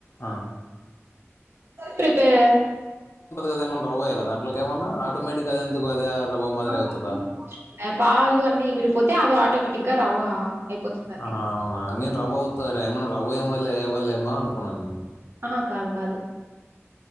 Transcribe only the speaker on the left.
ఆ.
కద ఏమన్నా రవ్వవేయాల దాంట్లోకెమన్నా ఆటోమేటిక్ అఎందు అది
రవ్వ మాదిరి అవుతుందా
ఆహా అవునా నేన్ రబోత్తరే ఏమన్న రవ్వయమల్లె ఏవళ్లే ఏమో అనుకున్నాను నేను